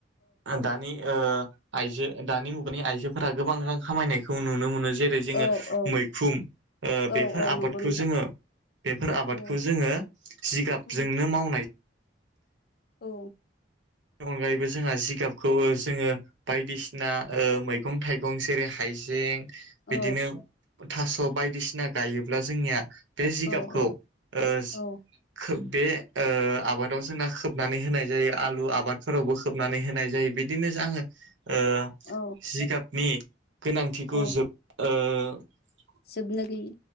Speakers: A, on the right; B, on the left.
A: दानि ओ आयजो दानि मुगानि आइजोफोरा गोबां रां खामायनायखौ नुनो मोनो जेरै जोङो
B: औ औ
A: मैखुम ओ
B: औ
A: बेफोर
B: औ
A: आबादखौ
B: नंगौ नोंथां
A: जोङो बेफोर आबादखौ
B: औ
A: जोङो जिगाबजोंनो
B: औ
A: मावनाय
B: औ
A: नि अनगायैबो जोंहा जिगाबखौ जोङो बायदिसिना ओ मैगं थाइगं जेरै हाइजें
B: औ
A: बिदिनो थास' बायदिसिना गायोब्ला जोंनिया बे जिगाबखौ
B: औ औ
A: ओ
B: औ
A: खोब बे ओ आबादाव जोंना खोबनानै होनाय जायो आलु आ बादफोरावबो खोबनानै होनाय जायो बिदिनो जा आङो ओ
B: औ
A: जिगाबनि गोनांथिखौ
B: औ
A: जोब ओ <unintelligible>
B: जोबनो गैयि